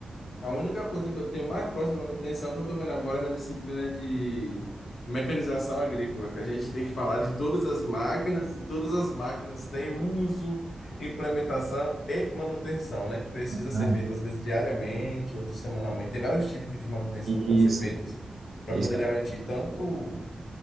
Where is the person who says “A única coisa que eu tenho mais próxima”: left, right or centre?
Left